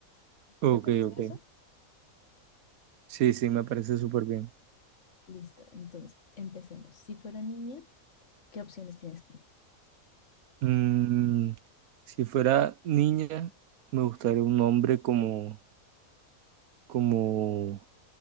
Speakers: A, on the right; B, on the left.
A: Ok,
B: ¿Te parece
A: ok.
B: eso?
A: Sí, sí, me parece súper bien.
B: Listo. Entonces, empecemos. Si fuera niña, ¿qué opciones tienes tú?
A: Mm, si fuera niña, me gustaría un nombre como, como